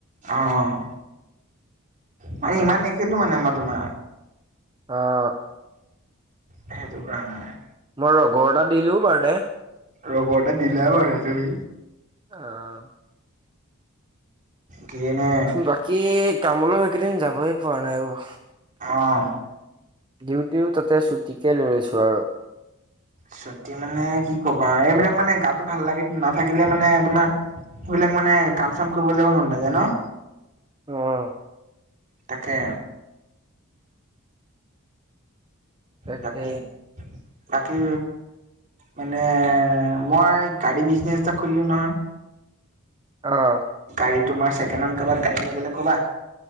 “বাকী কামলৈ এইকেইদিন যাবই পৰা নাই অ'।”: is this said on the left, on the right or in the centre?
Right